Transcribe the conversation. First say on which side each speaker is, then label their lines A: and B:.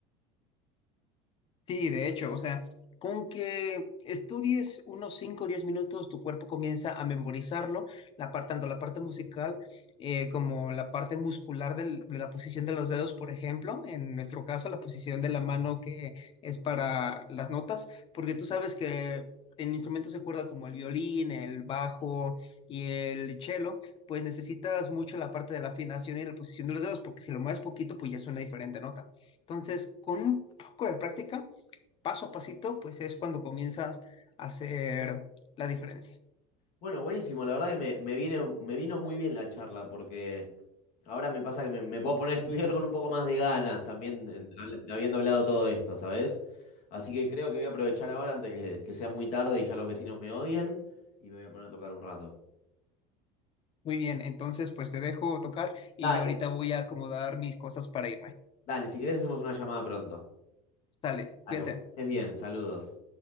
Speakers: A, on the left; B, on the left.
A: Sí, de hecho, o sea, con que estudies unos 5, o 10 minutos, tu cuerpo comienza a memorizarlo, la par- tanto la parte musical eh, como la parte muscular del- de la posición de los dedos, por ejemplo, en nuestro caso, la posición de la mano que es para las notas, porque tú sabes que en instrumentos de cuerda como el violín, el bajo y el cello, pues necesitas mucho la parte de la afinación y la posición de los dedos, porque si lo mueves poquito, pues ya suena diferente nota. Entonces, con un poco de práctica, paso a pasito, pues es cuando comienzas a hacer la diferencia.
B: Bueno, buenísimo, la verdad que me, me viene, me vino muy bien la charla, porque ahora me pasa que me, me puedo poner a estudiar con un poco más de ganas también, en- habla- habiendo hablado todo esto, ¿sabes? Así que creo que voy a aprovechar ahora antes que, que sea muy tarde y ya los vecinos me odien, y me voy a poner a tocar un rato.
A: Muy bien, entonces pues te dejo tocar y
B: Dale,
A: yo ahorita voy a acomodar mis cosas para irme.
B: dale, si querés hacemos una llamada pronto.
A: Dale, cuídate.
B: Dale, bueno, que estés bien, saludos.